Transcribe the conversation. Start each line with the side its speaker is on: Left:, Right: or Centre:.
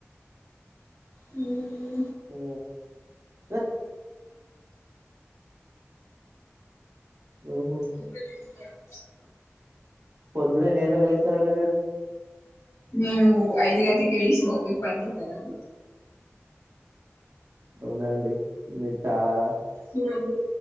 Left: ఉ
Right: ఊ <unintelligible> ఊ హు
Left: తింటది
Right: పొద్దున్నే ఎన్ని గంట్లకు లేస్తారండి మీరు
Left: నేను ఐదు గంట్లకి లేసి మా మమ్మీకి పని చేత్తానండి
Right: అవునా అండి మీరు <unintelligible>
Left: మా మమ్మీ